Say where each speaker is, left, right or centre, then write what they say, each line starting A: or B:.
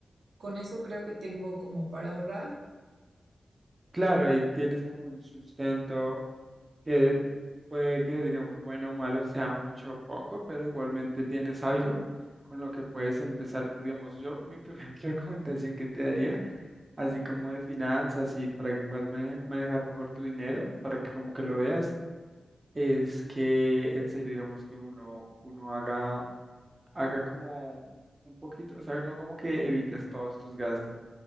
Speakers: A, on the right (about 80°); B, on the right (about 25°).
A: con eso creo que tengo como para ahorrar.
B: Claro, ahí tienes como un sustento. que puede que, digamos, bueno o malo sea mucho o poco, pero igualmente tienes algo con lo que puedes empezar. Entonces, Digamos, yo mi primera <laughs> recomendación que te daría, así como de finanzas y para que puedas mane- manejar mejor tu dinero, para que como que lo veas, es que en serio, digamos, que uno, uno haga haga como un poquito, o sea, no como que evites todos tus gastos.